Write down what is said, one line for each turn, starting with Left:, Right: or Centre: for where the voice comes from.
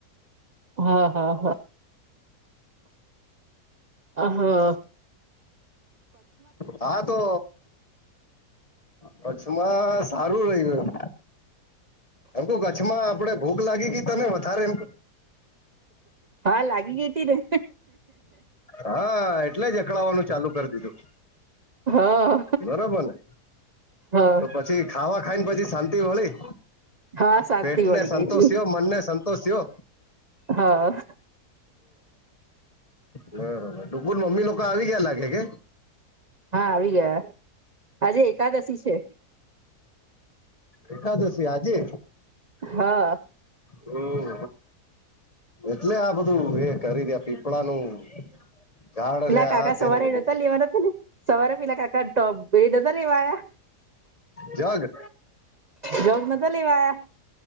Right: હા હા હા હા.
Left: હા તો કચ્છમાં સારું રહ્યું એમ. ઓમ તો કચ્છમાં આપડે ભૂખ લાગી ગઈ તને વધારે એમ.
Right: હા લાગી ગી તી ને.
Left: હા એટલે જ અકળાવવાનું ચાલુ કરી દીધું.
Right: હા
Left: બરોબર ને
Right: હા.
Left: તો પછી ખાવા ખાઈ ને પછી શાંતિ વળી
Right: હા શાંતિ
Left: પેટ
Right: વળી
Left: ને સંતોષ
Right: ગઈ હતી
Left: થયો મન ને સન તો સેઓ.
Right: હા.
Left: હ ડુગર મમ્મી લોકો આવી ગયા લાગે કે
Right: હા આવી ગયા આજે એકાદશી છે.
Left: એકાદશી આજે
Right: હા.
Left: હમ એટલે આ બધું એ કરી રયા પીપળાનું ઝાડ અને
Right: પેલા
Left: આ
Right: કાકા
Left: તેને
Right: સવારે
Left: બધું
Right: એ નોતા લેવા તા ને ને સવારે પેલા કાકા એ તો પે નોતા લેવા આયા.
Left: જવા દે
Right: જગ નતા લેવાયા